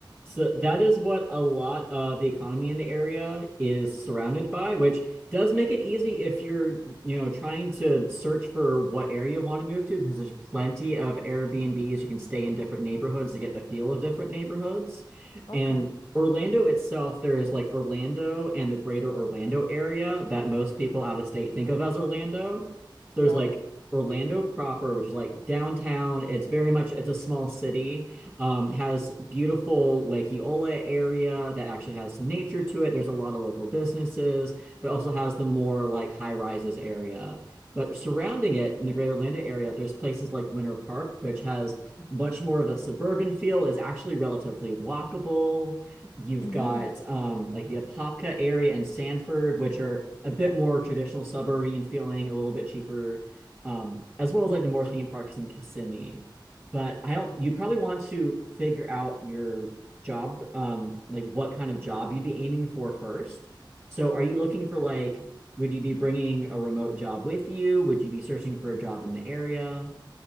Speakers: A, in the centre; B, on the left.
A: So that is what a lot of the economy in the area is surrounded by, which does make it easy if you're, you know, trying to search for what area you want to move to, because there's plenty of Airbnbs. You can stay in different neighborhoods to get the feel of different neighborhoods.
B: Okay,
A: And Orlando itself, there is like Orlando and the greater Orlando area that most people out of state think of as Orlando. So there's
B: got
A: like
B: it.
A: Orlando proper, which is like downtown. It's very much, it's a small city um,
B: Mm,
A: has beautiful Lake Eola area that actually has some nature to it. There's a lot of local businesses, but also has the more like high rises area. But surrounding it in the greater Orlando area, there's places like Winter Park, which has much more of a suburban feel, is actually relatively walkable. You've
B: Mm-hmm.
A: got um, like the Apopka area and Sanford, which are a bit more traditional suburban feeling, a little bit cheaper, um, as well as like the more theme parks in Kissimmee but I don't. You probably want to figure out your job, um, like what kind of job you'd be aiming for first. So, are you looking for like, would you be bringing a remote job with you? Would you be searching for a job in the area?